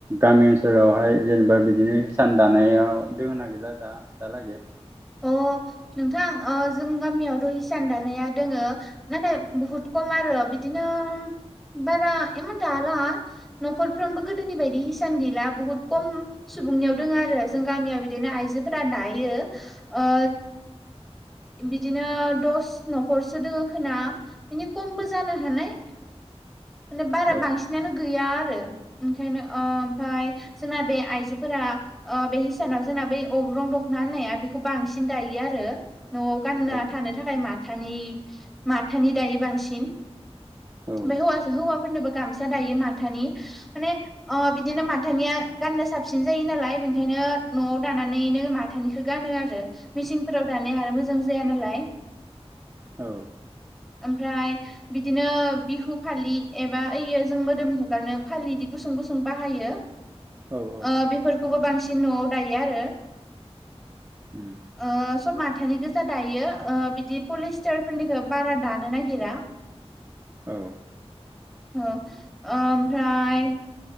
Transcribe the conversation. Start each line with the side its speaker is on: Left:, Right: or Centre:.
Right: गामि ओनसोलावहाय जेनेबा बिदिनो हिसान दानायाव दोङो ना गैला दा दालागै?
Centre: अ नोंथां ओ जोंनि गामियावथ' हिसान दानाया दङो नाथाय बुहुत खम आरो। बिदिनो बारा इमान दाला न'खरफ्रोमबो गोदोनि बायदि हिसान गैला बुहुत खम सुबुंनियाव दोङो आरो जों गामियाव बिदिनो आइजोफोरा दायो ओ बिदिनो दस न'खरसो दोङो खोना बिनि खमबो जानो हानाय। <inaudible> माने बारा
Right: औ
Centre: बांसिनानो गैया - आरो ओंखायनो ओ ओमफाय जोंना बे आइजोफोरा ओ बे हिसानाव जोंना बे गरं दख'ना होननाया बेखौ बांसिन दायो आरो न'आव गानना
Right: औ
Centre: थानो थाखाय माथानि माथानि दायो बांसिन,
Right: औ
Centre: ओमफ्राय हौवा हौवाफोरनोबो गामसा दायो माथानि माने ओ बिदिनो माथानिया गाननो साबसिन जायो नाला लाय बेनिखायनो न'आव दानानैनो माथानिखौ गानो आरो मेचिफोराव दानाय आरो मोजां जाया नालाय, <inaudible>
Right: औ
Centre: ओमफ्राय बिदिनो बिहु फालि एबा ओइयो जों मोदोम हगारनो फालि बिदि गुसुं गुसुं बाहायो।
Right: औ औ
Centre: ओ बेफोरखौबो बांसिन न'आव दायो आरो
Right: उम
Centre: ओ सब मा थानि गोजा दायो ओ बिदि पलिस्टार फोरनिखौ बारा दानो नागिरा,
Right: औ
Centre: औ ओ ओमफ्राय,